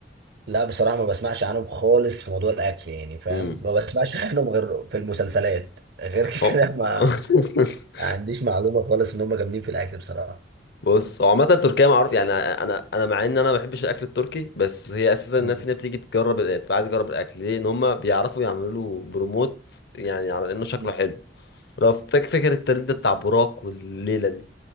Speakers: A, on the right (about 65°); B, on the left (about 65°).
A: لا بصراحه ما بسمعش عنهم خالص في موضوع الاكل يعني فاهم
B: امم
A: ما بسمعش <laughs> عنهم غير في المسلسلات غير
B: هو
A: كده ما
B: <laughs>
A: ما عنديش معلومه خالص ان هم جامدين في الاكل بصراحه
B: بص هو عامة تركيا معروف يعني انا انا مع ان انا ما بحبش الاكل التركي بس هي اساسا
A: مم.
B: الناس اللي بتيجي تجرب تبقى عايزه تجرب الاكل ليه ان هم بيعرفوا يعملوا له بروموت يعني على انه شكله
A: مم.
B: حلو لو فاكر فاكر الترند ده بتاع براك والليله دي